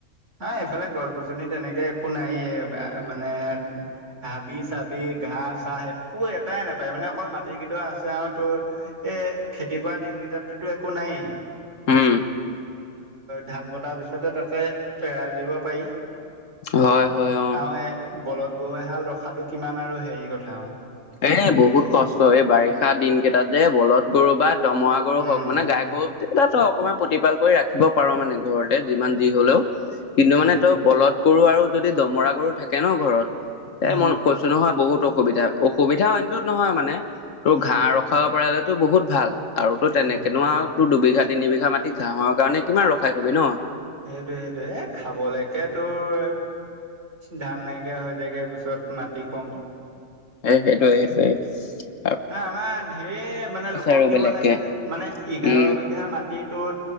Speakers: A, on the right; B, on the left.
A: এই এইফালে গছ গছনি তেনেকে একো নাইে মানে হাবি চাবি ঘাঁ চাহ একো এটাই নাপায় মানে অকল মাটি কেইডৰ আছে আৰু তোৰ এ খেতি কৰা দিন কেইটাতোতো একো নায়েই।
B: উম,
A: ধান কটাৰ পিছতে তাতে এৰাল দিব পাৰি।
B: হয়, হয়, অ',
A: আৰু এ বলধ গৈ হাল ৰখাতটো কিমান আৰু হেৰি কথা অ'।
B: এই বহুত কষ্ট এই বাৰিষা দিন কেইটাত যে বলধ গৰু বা দমৰা গৰু
A: উম
B: হওক মানে গাই গৰু তই অকণমান প্ৰতিপাল কৰি ৰাখিব পাৰ মানে ঘৰতে যিমান যি হলেও কিন্তু
A: উম
B: মানে তই বলদ গৰু আৰু যদি দমৰা গৰু থাকে ন' ঘৰত এই
A: উম
B: মই কৈছো নহয় বহুত অসুবিধা। অসুবিধা অইনটোত নহয় মানে তোৰ
A: উম
B: ঘাঁ ৰখাব পাৰলে তো বহুত ভাল। আৰু তো তেনেকেনো
A: উম
B: আৰু ত দুবিঘা তিন বিঘা মাটি ঘাঁহৰ কাৰণে কিমান ৰখাই থবি ন।
A: সেইটোয়ে সেইটোয়ে খাবলৈকে তোৰ ধান নাইকিয়া হৈ যায়গে পিছত মাটি কম
B: এই সেইটোৱে সেইটোৱে।
A: মানে আমাৰ ঢেৰ মানে লোকক
B: আৰু
A: দিব
B: বেলেগকে
A: লাগে যে মানে এঘাৰ
B: উম
A: বিঘা মাটি টিটো